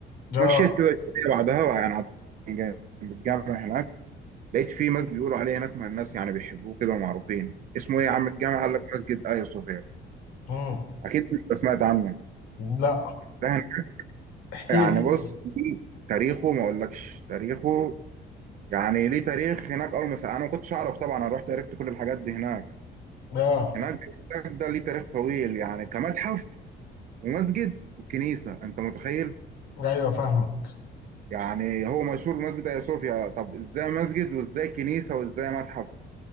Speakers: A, on the left; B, on the right.
A: ده
B: مشيت كده شويه بعدها بقى يعني عند جنب الجامع هناك لقيت في مسجد بيقولوا عليه هناك ما الناس يعني بيحبوه كده ومعروفين اسمه ايه يا عم الجامع قال لك مسجد ايا صوفيا
A: امم
B: اكيد انت سمعت عنه
A: لا
B: ده هناك
A: احكي
B: يعني
A: لي
B: بص دي تاريخه ما اقولكش تاريخه يعني ليه تاريخ هناك اول ما س- انا ما كنتش اعرف طبعا انا رحت عرفت كل الحاجات دي هناك
A: ده
B: هناك بيقول لك ده ليه تاريخ طويل يعني كمتحف ومسجد وكنيسه انت متخيل
A: ايوه فاهمك
B: يعني هو مشهور بمسجد ايا صوفيا طب ازاي مسجد وازاي كنيسه وازاي متحف